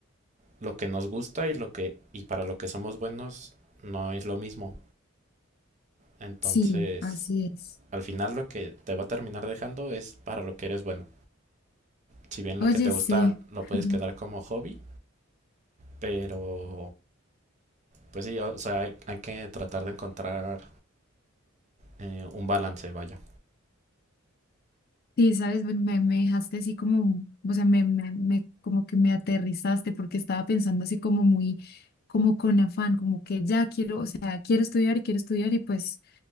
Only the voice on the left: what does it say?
Sí, así es.
Oye,
sí.
<laughs>
Sí, sabes, me, me- me dejaste así como, o sea, me, me, me- como que me aterrizaste porque estaba pensando así como muy, como con afán, como que ya quiero, o sea, quiero estudiar y quiero estudiar y pues